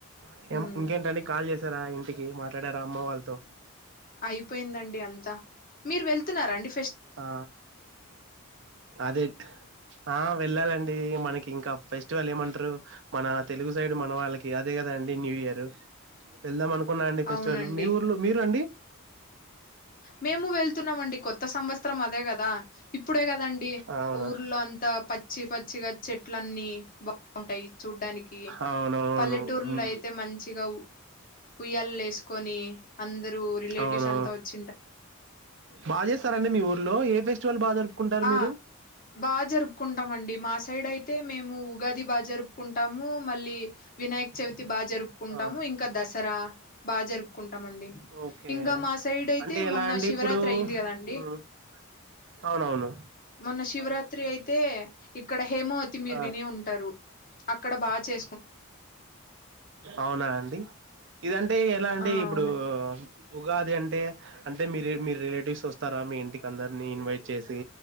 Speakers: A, on the right (about 55°); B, on the left (about 40°).
A: <unintelligible>
B: ఉమ్
A: ఇంకేంటండి కాల్ చేసారా ఇం టికి మాట్లాడార అమ్మ వాళ్ళతో
B: అయిపోయిందండి అం తా మీరు వెళ్తున్నారండి
A: ఆ అదే ఆ వెళ్ళాలండి మనకి ఇంకా ఫెస్టివల్ ఏమంటారు మన తెలుగు సైడ్ మన వాళ్ళకి అదే కదా అండి న్యూ ఇయర్ వెళ్దాం అను కున్నా అండి ఫెస్టివల్
B: అవునండి
A: మీ ఊర్లో మీరు అండి
B: మేము వెళ్తున్నామండి కొత్ కొత్త సంవత్సరం అదే కదా ఇప్పుడే కదండి
A: అవునా
B: ఊర్లో అంత పచ్చి పచ్చిగా చెట్లన్నీ బా ఉంటాయి చూడ్డానికి
A: అవునవును
B: పల్లెటూర్లో
A: ఉమ్,
B: అయితే మంచిగా ఉయ్యాల వేసుకొని అందరూ రిలేటివ్స్
A: అవును
B: అంతా వచ్చి
A: బాగా చేస్తారండి మీ ఊరు లో ఏ ఫెస్టివల్ బాగా జరుపుకుంటారు
B: ఆ
A: మీరు
B: బాగా జరుపుకుంటామండి మా సైడ్ అయితే అయితే మేము ఉగాది బాగా జరుపుకుంటాము మళ్ళీ వినాయక చవితి బాగా జరుపుకుంటాము
A: ఆ
B: ఇంకా దసరా బాగా జరుపుకుంటామ అండి
A: ఓకే
B: ఇంకా మా సైడ్ అయితే
A: అంటే ఎలా
B: మొన్న
A: అండి
B: శివరాత్రి
A: ఇప్పుడు
B: అయింది కదండి
A: హ్మ్. అవునవును
B: మొన్న శివరాత్రి అయితే ఇక్కడ హేమవతి మీరు
A: ఆ
B: వినే ఉంటారు అక్కడ బాగా చే
A: అవునా అండి ఇదంటే ఎలా అంటే
B: ఆ
A: ఇప్పుడు
B: అవునండి
A: ఉగాది అన్ టే అంటే మీరె మీరె రిలేటివ్స్ వస్తారా మీ ఇంటికి అందరిని ఇన్వైట్ చేసి